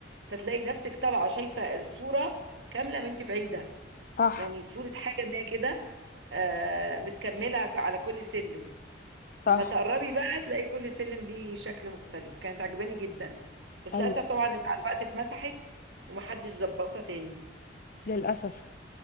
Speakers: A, on the right; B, on the left.
A: فتلاقي نفسك طالعه شايفه الصوره كامله وانت بعيده
B: صح
A: يعني صوره حاجه ما كده آه، متكمله على كل سلم
B: صح
A: اما تقربي بقى تلاقي كل سلم ليه شكل مختلف كانت عجباني جدا بس
B: ايوه
A: للاسف طبعا مع الوقت اتمسحت ومحدش ظبطها تاني
B: للاسف